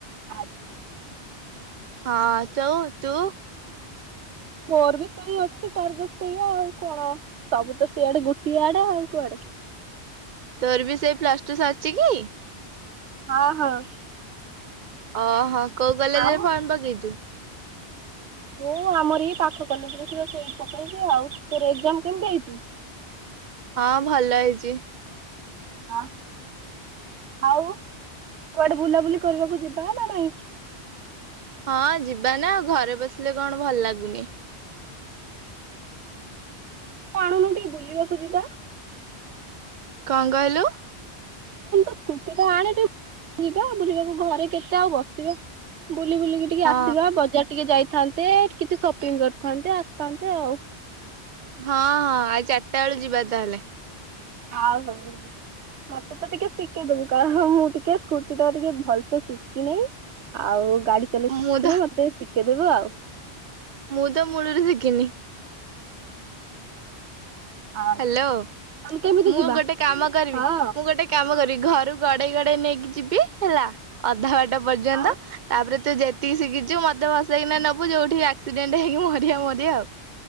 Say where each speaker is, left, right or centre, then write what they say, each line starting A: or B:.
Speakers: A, on the right; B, on the right.
A: ଆଚ୍ଛା।
B: ହଁ ତୁ ଆଉ ତୁ?
A: ମୋର ବି ସେଇ ଅଛି ଟାର୍ଗେଟ ସେଇଆ ଆଉ କଣ ସବୁ ତ ସେଇଆଡେ ଗୋଟିଏ ଆଡେ ଆଉ କୁଆଡେ।
B: ତୋର ବି ସେଇ ପ୍ଲସ ଟୁ ସରଛି କି?
A: ହଁ ହଁ।
B: ଓହୋ କୋଉ କଲେଜରେ
A: ଆଉ
B: ଫର୍ମ ପକେଇଛୁ?
A: ମୁଁ ଆମର ଇଏ ପାଖ କଲେଜରେ ସେ ପକେଇଛି ଆଉ ତୋର ଏକ୍ଜାମ କେମିତି ହେଇଛି? ହ। <unintelligible>
B: ହଁ ଭଲ ହେଇଛି।
A: ହଁ। ଆଉ କୁଆଡେ ବୁଲାବୁଲି କରିବାକୁ ଯିବା ନା ନା ନାଇଁ।
B: ହଁ ଯିବାନା ଆଉ ଘରେ ବସିଲେ କଣ ଭଲ ଲାଗୁନି।
A: ଆଣୁନୁ ଟିକେ ଭୁଲିବାକୁ ଯିବା।
B: କଁ କହିଲୁ?
A: ସ୍କୁଟିଟା ଆଣେ ଟିକେ ବ ଯିବା ବୁଲିବାକୁ ଘରେ କେତେ ଆଉ ବସିବା। ବୁଲି ବୁଲିକି ଟିକେ
B: ହଁ
A: ଆସିବା ବଜାର ଟିକେ ଯାଇ ଥାନ୍ତେ କିଛି ସପିଂ କରିଥାନ୍ତେ ଆସିଥାନ୍ତେ ଆଉ।
B: ହଁ ହଁ ଆଉ ଚାରିଟା ବେଳୁ ଯିବା ତାହେଲେ
A: ହଉ ହଉ ମତେ ତ ଟିକେ ଶିଖେଇଦବୁ କଣ ମୁଁ ଟିକେ ଟେ ସ୍କୁଟି ଟା ଟିକେ ଭଲସେ ଶିଖିନି ଆଉ ଗାଡି ଚଲେଇ
B: ମୁଁ
A: ଶିଖିନି
B: ତ
A: ମତେ ଟିକେ କେଦବୁ ଆଉ।
B: ମୁଁ ତ ମୁଳରୁ ଶଖିନି।
A: ଆଚ୍ଛା।
B: ହ୍ୟାଲୋ
A: ତାହେଲେ କେମିତି
B: ମୁଁ
A: ଯିବା
B: ଗୋଟେ କାମ କରିବି
A: ହଁ
B: ମୁଁ ଗୋଟେ କାମ କରିବି ଘରକୁ ଗଡେଇ ଗଡେଇ ନେଇକି ଯିବି ହେଲା ଅଧା ବାଟା ପର୍ଯ୍ୟନ୍ତ
A: ଆଉ
B: ତାପରେ ତୁ ଯେତିକି ଶିଖିଛୁ ମତେ ବସେଇକିନା ନେବୁ ଯୋଉଠି ଆକ୍ସିଡେଣ୍ଟ ହେଇକି ମରିଆ ମରିଆ ଆଉ।